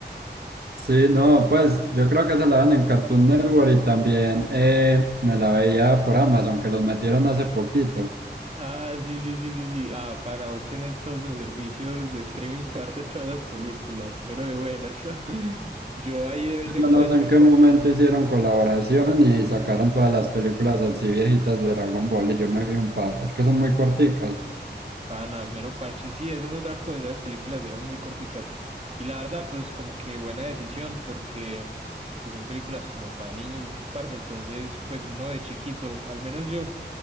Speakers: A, on the right (about 60°); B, on the right (about 35°).
A: Sí, no, pues yo creo que se la dan en Cartoon Network y también eh, me la veía por Amazon, que los metieron hace poquito.
B: Ah, sí, sí, sí, sí, sí. Ah, para vos tenés todos los servicios de streaming <laughs> parte de todas las películas, mero de buenas. <laughs> Yo ahí de
A: Sí,
B: vez en
A: Yo
B: cuando.
A: no sé en qué momento hicieron colaboración y sacaron todas las películas así viejitas de Dragon Ball y yo me vi un par. Es que son muy corticas.
B: Pana, mero parche. Sí, esa es otra cosa. Las películas eran muy corticas. Y la verdad, pues como que buena decisión, porque pues son películas como para niños, parce. Entonces, pues uno de chiquito, al menos yo,